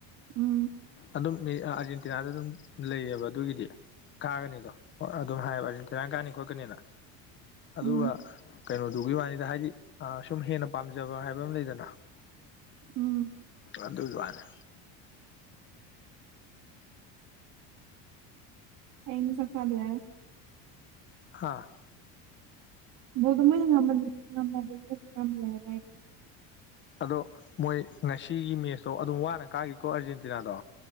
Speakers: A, on the right (about 60°); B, on the left (about 30°).
A: ꯎꯝ
B: ꯑꯗꯨꯝ ꯃꯤ ꯑ ꯑꯥꯔꯖꯦꯟꯇꯤꯅꯥꯗ ꯑꯗꯨꯝ ꯂꯩꯌꯦꯕ ꯑꯗꯨꯒꯤꯗꯤ ꯀꯥꯒꯅꯤꯗꯣ ꯑꯗꯨꯝ ꯍꯥꯏꯌꯦꯕ ꯑꯥꯔꯖꯦꯟꯇꯤꯅꯥ ꯀꯥꯅꯤ ꯈꯣꯠꯀꯅꯤꯅ ꯑꯗꯨꯒ
A: ꯎꯝ
B: ꯀꯩꯅꯣꯗꯨꯒꯤ ꯋꯥꯅꯤꯗ ꯍꯥꯏꯗꯤ ꯑ ꯁꯨꯝ ꯍꯦꯟꯅ ꯄꯥꯝꯖꯕ ꯍꯥꯏꯕ ꯑꯃ ꯂꯩꯗꯅ
A: ꯎꯝ
B: ꯑꯗꯨꯒꯤ ꯋꯥꯅꯦ
A: ꯍꯌꯦꯡ ꯗꯤ ꯆꯥꯛ ꯆꯥꯕꯥ ꯌꯥꯏ
B: ꯍꯥꯥ
A: ꯕꯣꯟꯗꯣ ꯃꯣꯢꯅ ꯉꯝꯕꯗꯤ ꯉꯝꯃꯦ ꯉꯝꯃꯦ ꯍꯥꯢꯗ
B: ꯑꯗꯣ ꯃꯣꯏ ꯉꯁꯤꯒꯤ ꯃꯦꯠꯁꯇꯣ ꯑꯗꯨꯝ ꯋꯥꯅ ꯀꯥꯒꯤꯀꯣ ꯑꯥꯔꯖꯦꯟꯇꯤꯅꯥꯗꯣ